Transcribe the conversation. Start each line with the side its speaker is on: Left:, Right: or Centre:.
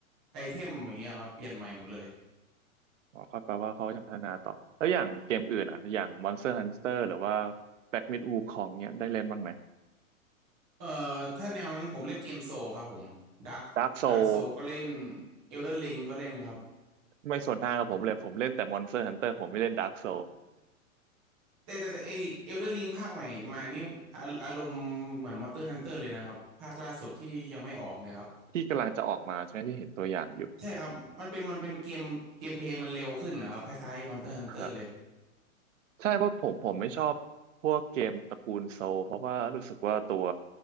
Centre: ไอเทมอย่างเงี้ยครับเปลี่ยนใหม่หมดเลย
Right: อ๋อก็แปลว่าเขาจะพัฒนาต่อแล้วอย่างเกมอื่นอ่ะอย่าง Monster Hunter หรือว่า Black Myth Wukong เนี่ยได้เล่นบ้างไหม
Centre: เอ่อถ้าแนวนั้นผมเล่นเกมโซครับผมดักดักโซก็เล่น
Right: Dark Soul
Centre: เอลเดอร์ลิงก็เล่นครับ
Right: ไม่สวนทางกับผมเลยผมเล่นแต่ Monster Hunter ผมไม่เล่น Dark Soul
Centre: แต่แต่แต่ไอเอลเดอร์ลิงภาคใหม่มานี่อาอารมณ์เหมือนมอนสเตอร์ฮันเตอร์เลยนะครับภาคล่าสุดที่ยังไม่ออกเนี่ยครับ
Right: ที่กำลังจะออกมาใช่ไหมที่เห็นตัวอย่างอยู่
Centre: ใช่ครับมันเป็นมันเป็นเกมเกมเพลย์มันเร็วขึ้นนะครับคล้ายๆ Monster Hunter
Right: ครับ
Centre: เลย
Right: ใช่เพราะผมผมไม่ชอบพวกเกมตระกูลโซลเพราะว่ารู้สึกว่าตัว